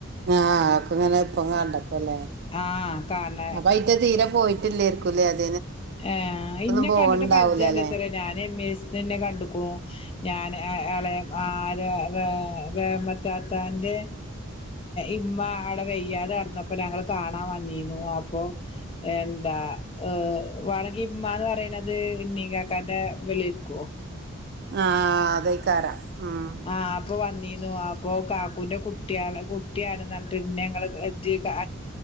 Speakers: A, on the right (about 50°); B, on the left (about 25°).
A: ആ ക്ക് ഇങ്ങനെ ഇപ്പൊ കണ്ടണ്ട് ല്ലേ
B: ആഹ് കാണ
A: അപ്പ ഇയിറ്റ തീരെ പോയിട്ടില്ലേ <unintelligible>
B: ആ ഇന്നെ
A: പോവണ്ടാവൂലല്ലേ
B: കണ്ടിട്ട് പരിചയമണ്ട് ഇത്ര ഞാൻ എം എസ്ന്നെ കണ്ട്ക്കണൂ ഞാൻ ആളെ ആര് ആ മേത്താത്താന്റെ ഇമ്മ അവിടെ വെയ്യാതെ കെടന്നപ്പോ ഞങ്ങള് കാണാൻ വന്നിരുന്നു അപ്പൊ എന്താ ഏ വാണകിമ്മ എന്ന് പറയുന്നത് നീ കാക്കാന്റെ വെളിരിക്കുവോ
A: ആ അതേക്കാരം ഉം
B: ആ അപ്പൊ വന്നി ലോ ആപ്പോ കാ ഓന്റെ കുട്ടിയാണ് കുട്ടിയാണ് ന <unintelligible> ങ്ങള് ക